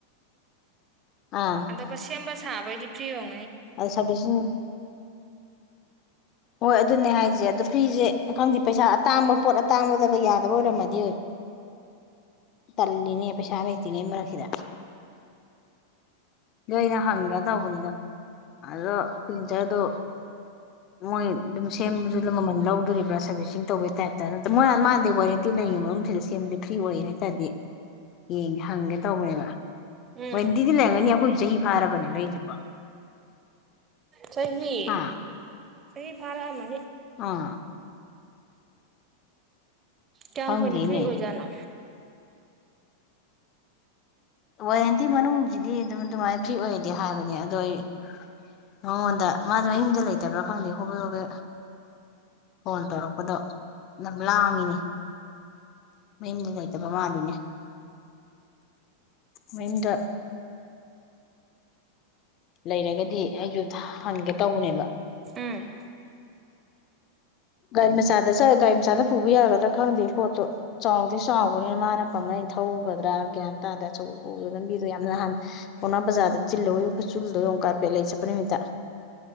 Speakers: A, on the left; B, on the right.
A: ꯑꯥ
B: ꯑꯗꯨꯒ ꯁꯦꯝꯕ ꯁꯕꯩꯗꯤ ꯐ꯭ꯔꯤ ꯑꯣ
A: <unintelligible> ꯍꯣꯏ ꯑꯗꯨꯅꯦ ꯍꯥꯏꯁꯦ ꯑꯗꯣ ꯐꯔꯤꯁꯦ ꯈꯪꯗꯦ ꯄꯩꯁꯥ ꯑꯇꯥꯡꯕ ꯄꯣꯠ ꯑꯇꯥꯡꯕꯗꯒ ꯌꯥꯗꯕ ꯑꯣꯏꯔꯝꯃꯗꯤ ꯇꯜꯂꯤꯅꯦ ꯄꯩꯁꯥ ꯂꯩꯇ꯭ꯔꯤꯉꯩ ꯃꯔꯛꯁꯤꯗ ꯑꯣ ꯑꯩꯅ ꯍꯪꯒ ꯇꯧꯕꯅꯤꯗꯣ ꯑꯗꯣ ꯄ꯭ꯔꯤꯟꯇꯔꯗꯣ ꯃꯣꯏ ꯑꯗꯨꯝ ꯁꯦꯝꯕꯁꯨ ꯑꯗꯨꯝ ꯃꯃꯟ ꯂꯧꯗꯣꯔꯤꯕ꯭ꯔꯥ ꯁꯥꯔꯕꯤꯁꯤꯡ ꯇꯧꯕꯩ ꯇꯥꯏꯞꯇ ꯅ꯭ꯔ ꯃꯣꯏꯅ ꯃꯥꯥꯟꯗꯤ ꯋꯥꯔꯦꯟꯇꯤ ꯂꯩꯔꯤꯉꯩ ꯃꯅꯨꯡꯁꯤꯗ ꯁꯦꯝꯗꯤ ꯐ꯭ꯔꯤ ꯑꯣꯏ ꯍꯥꯏ ꯇꯥꯔꯗꯤ ꯌꯦꯡꯉꯦ ꯍꯪꯒꯦ ꯇꯧꯕꯅꯦꯕ
B: ꯎꯝ
A: ꯋꯥꯔꯦꯟꯇꯤꯗꯤ ꯂꯩꯔꯝꯒꯅꯤ ꯑꯩꯈꯣꯏ ꯆꯍꯤ ꯐꯥꯔꯕꯅꯦ ꯂꯩꯔꯤꯕꯣ
B: ꯆꯍꯤ
A: ꯍꯥ
B: ꯆꯍꯤ ꯐꯥꯔꯛꯑꯃꯅꯤ
A: ꯑꯥ
B: ꯀꯌꯥꯝ
A: ꯈꯪꯗꯦꯅꯦ
B: ꯀꯨꯏꯅ ꯐ꯭ꯔꯤ ꯑꯣꯏꯖꯥꯠꯅꯣ
A: ꯋꯥꯔꯦꯟꯇꯤ ꯃꯅꯨꯡꯁꯤꯗꯤ ꯑꯗꯨꯝ ꯑꯗꯨꯃꯥꯏꯅ ꯐ꯭ꯔꯤ ꯑꯣꯏꯔꯗꯤ ꯍꯥꯏꯕꯅꯤ ꯑꯗꯣ ꯑꯩ ꯃꯉꯣꯟꯗ ꯃꯥꯁꯨ ꯃꯌꯨꯝꯗ ꯂꯩꯇꯕ꯭ꯔꯥ ꯈꯪꯗꯦ ꯍꯣꯕꯦ ꯍꯣꯕꯦ ꯐꯣꯟ ꯇꯧꯔꯛꯑꯣ ꯑꯗꯣ ꯌꯥꯝ ꯂꯥꯉꯤꯅꯦ ꯃꯌꯨꯝꯗ ꯂꯩꯇꯕ ꯃꯥꯜꯂꯤꯅꯦ ꯃꯥꯌꯨꯝꯗ ꯂꯩꯔꯒꯗꯤ ꯑꯩꯁꯨ ꯍꯟꯒꯦ ꯇꯧꯕꯅꯦꯕ
B: ꯎꯝ
A: ꯒꯥꯔꯤ ꯃꯆꯥꯗ ꯆ ꯒꯥꯔꯤ ꯃꯆꯥꯗ ꯄꯨꯕ ꯌꯥꯒꯗ꯭ꯔꯥ ꯈꯪꯗꯦ ꯄꯣꯠꯇꯣ ꯆꯥꯎꯗꯤ ꯆꯥꯎꯕꯅꯤꯅ ꯃꯥꯅ ꯄꯝꯕꯂ ꯑꯩꯅ ꯊꯧꯒꯗ꯭ꯔꯥ ꯒ꯭ꯌꯥꯟ ꯇꯥꯗ ꯑꯆꯧꯕ ꯄꯨꯕꯗꯣ ꯂꯝꯕꯤꯗꯣ ꯌꯥꯝ ꯅꯍꯥꯟ ꯄꯥꯎꯅꯥ ꯕꯖꯥꯔꯗ ꯆꯤꯜꯍꯧꯋ ꯈꯨꯠꯆꯨꯜꯗꯣ ꯌꯦꯨꯛ ꯀꯥꯔꯄꯦꯠ ꯂꯩ ꯆꯠꯄ ꯅꯨꯃꯤꯠꯇ